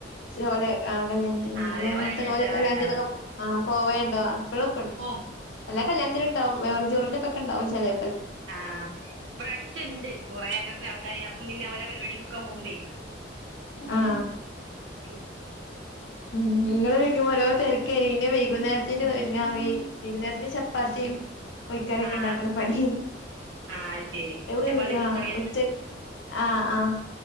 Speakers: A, on the left; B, on the right.
A: പോലെ ആ കല്യാണത്തിന്
B: ആ, അതേപോലെ
A: <unintelligible>
B: കല്യാണത്തിന് അതാ ഉണ്ടാവുക
A: <unintelligible> ആ പോവേണ്ടോ ആ <unintelligible>
B: ഓ
A: അല്ലേ കല്യാണത്തിനും ഇണ്ടാവും വെറും ചോറിന്റെ ഒക്കെ ഉണ്ടാവും ചെലേ
B: ആ ഇവിടട്ത്ത്ണ്ട് കുറേ അങ്ങനത്തെ ആൾക്കാര് അപ്പം പിന്നെ ഓലെ പരിപാടിക്കൊക്ക പോകുമ്പേ
A: ആ
B: കുടിക്കും
A: ഉം നിങ്ങള് വെക്കുമ്പോ ഓരോ തിരകെനി പിന്ന വൈകുന്നേരത്തിന് ഒരുങ്ങാ പോയി വൈകുന്നേരത്തിന് ചപ്പാത്തിയും കൊയിക്കറിക്ക
B: ആ
A: ഉണ്ടാക്കണ പണി
B: ആ അത് ശരി
A: എവിടെ
B: ചപ്പാത്തി കോഴിക്കറിയാന്ന്
A: ആ ഉച്ചക്ക് ആ ആ